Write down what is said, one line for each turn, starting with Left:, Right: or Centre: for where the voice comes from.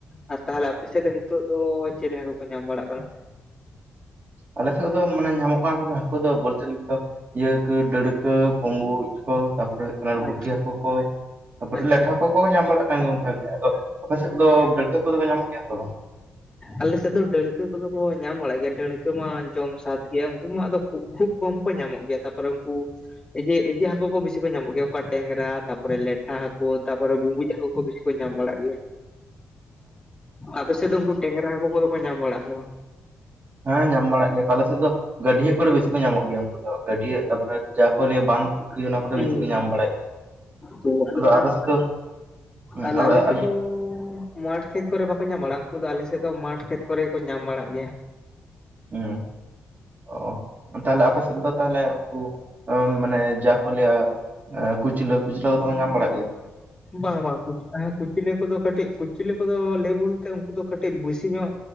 Left: ᱟᱨ ᱛᱟᱦᱚᱞᱮ ᱟᱯᱮ ᱥᱮᱫ ᱫᱚ ᱱᱤᱛᱚᱜ ᱫᱚ ᱪᱤᱞᱮ ᱦᱟᱹᱠᱩ ᱠᱚ ᱧᱟᱢ ᱵᱟᱲᱟᱜ-ᱟ ᱠᱟᱱᱟ?
Right: ᱟᱞᱮ ᱥᱮᱫ ᱢᱟᱱᱮ ᱧᱟᱢᱚᱜ ᱠᱟᱱᱟ ᱠᱚ ᱦᱟᱹᱠᱩ ᱫᱚ ᱵᱚᱞᱛᱮ ᱱᱤᱛᱚᱜ ᱤᱭᱟᱹ ᱠᱚ ᱰᱟᱹᱲᱠᱟᱹ ᱵᱩᱸᱵᱩᱡ ᱾ ᱛᱟᱯᱚᱨᱮ ᱦᱩᱭᱩᱜ ᱠᱟᱱᱟ ᱯᱩᱴᱷᱤ
Left: ᱟᱪᱪᱷᱟ
Right: ᱦᱟᱹᱠᱩ ᱠᱚ ᱛᱟᱯᱚᱨᱮ
Left: ᱟᱪᱪᱷᱟ
Right: ᱞᱮᱴᱷᱟ ᱦᱟᱹᱠᱩ ᱠᱚᱠᱚ ᱧᱟᱢ ᱵᱟᱲᱟᱜ ᱠᱟᱱᱟ ᱜᱮᱭᱟ ᱚᱱᱠᱟ ᱜᱮ, ᱟᱫᱚ ᱟᱯᱮ ᱥᱮᱫ ᱫᱚ ᱰᱟᱹᱲᱠᱟᱹ ᱠᱚᱫᱚ ᱠᱚ ᱧᱟᱢᱚᱜ ᱜᱮᱭᱟ ᱥᱮ ᱵᱟᱝ?
Left: ᱟᱞᱮ ᱥᱮᱫ ᱫᱚ ᱰᱟᱹᱲᱠᱟᱹ ᱠᱚᱫᱚ ᱠᱚ ᱧᱟᱢ ᱵᱟᱲᱟᱜ ᱜᱮᱭᱟ ᱰᱟᱹᱲᱠᱟᱹ ᱢᱟ ᱡᱚᱢ ᱥᱟᱫ ᱜᱮᱭᱟ ᱾ ᱩᱱᱠᱩ ᱢᱟ ᱠᱷᱩᱵ ᱠᱷᱩᱵ ᱠᱚᱢ ᱠᱚ ᱧᱟᱢᱚᱜ ᱜᱮᱭᱟ ᱛᱟᱯᱚᱨᱮ ᱩᱱᱠᱩ ᱮᱡᱮ ᱮᱡᱮ ᱦᱟᱹᱠᱩ ᱠᱚ ᱵᱮᱥᱤ ᱪᱮᱜ ᱠᱚ ᱧᱟᱢᱚᱜ ᱜᱮᱭᱟ ᱚᱱᱠᱟ ᱴᱮᱝᱽᱨᱟ ᱛᱟᱯᱚᱨ ᱞᱮᱴᱷᱟ ᱦᱟᱹᱠᱩ ᱛᱟᱯᱚᱨᱮ ᱵᱩᱵᱩᱡ ᱦᱟᱹᱠᱩ ᱠᱚ ᱵᱤᱥᱤ ᱠᱚ ᱧᱟᱢ ᱵᱟᱲᱟᱜ ᱟᱯᱮ ᱥᱮᱫ ᱫᱚ ᱩᱱᱠᱩ ᱴᱮᱝᱨᱟ ᱦᱟᱹᱠᱩ ᱠᱚᱫᱚ ᱠᱚ ᱧᱟᱢ ᱵᱟᱲᱟᱜ-ᱟ ᱥᱮ ᱵᱟᱝ?
Right: ᱦᱮᱸ ᱧᱟᱢ ᱵᱟᱲᱟᱜ ᱜᱮᱭᱟ ᱠᱚ ᱟᱞᱮ ᱥᱮᱫ ᱫᱚ᱾ ᱜᱟᱹᱰᱭᱟᱹ ᱠᱚᱨᱮ ᱵᱮᱥᱤ ᱠᱚ ᱧᱟᱢᱚᱜ ᱜᱮᱭᱟ ᱩᱱᱠᱩ ᱫᱚ ᱜᱟᱹᱰᱭᱟᱹ ᱛᱥᱯᱚᱨᱮ ᱡᱟᱦᱟ ᱠᱚ ᱞᱮᱭᱟ ᱵᱟᱸᱫᱷ ᱯᱩᱠᱷᱨᱤ ᱚᱱᱟ
Left: ᱵᱟᱝ
Right: ᱠᱚᱨᱮ ᱵᱤᱥᱤ ᱠᱚ ᱧᱟᱢ ᱵᱟᱲᱟᱜ ᱜᱮᱭᱟ᱾
Left: ᱛᱚ ᱟᱫᱚ ᱚᱱᱟ
Right: ᱟᱯᱮ ᱥᱮᱫ ᱫᱚ ᱦᱩᱸ
Left: ᱟᱨ
Right: ᱟᱵᱮ
Left: ᱟᱞᱮ ᱥᱮᱫ
Right: ᱟᱵᱮ
Left: ᱫᱚᱻ ᱢᱟᱴᱷ ᱠᱷᱮᱛ ᱠᱚᱨᱮ ᱵᱟᱠᱚ ᱧᱟᱢ ᱵᱟᱲᱟᱜ-ᱟ ᱩᱱᱠᱩ ᱫᱚ ᱟᱞᱮ ᱥᱮᱫ ᱫᱚ ᱢᱟᱴᱷ ᱠᱷᱮᱛ ᱠᱚᱨᱮ ᱠᱚ ᱧᱟᱢ ᱵᱟᱲᱟᱜ ᱜᱮᱭᱟ᱾
Right: ᱦᱩᱸ ᱾ ᱚ ᱛᱟᱦᱚᱞᱮ ᱟᱯᱮ ᱥᱮᱫ ᱫᱚ ᱛᱟᱦᱚᱞᱮ ᱩᱱᱠᱩ ᱢᱟᱱᱮ ᱡᱟᱦᱟᱸ ᱠᱚ ᱞᱟᱹᱭᱟ ᱠᱩᱪᱞᱟᱹ ᱠᱩᱪᱞᱟᱹ ᱠᱚᱫᱚ ᱠᱚ ᱧᱟᱢ ᱵᱟᱲᱟᱜ ᱜᱮᱭᱟ ᱠᱚ?
Left: ᱵᱟᱝ ᱵᱟᱝ ᱠᱩᱪᱞᱟᱹ ᱠᱚᱫᱚ ᱠᱟᱹᱴᱤᱡ ᱠᱩᱪᱞᱟᱹ ᱠᱚᱫᱚ ᱞᱟᱹᱭ ᱵᱚᱞᱛᱮ ᱩᱱᱠᱩ ᱫᱚ ᱠᱟᱹᱴᱤᱡ ᱵᱮᱥᱤ ᱧᱚᱜ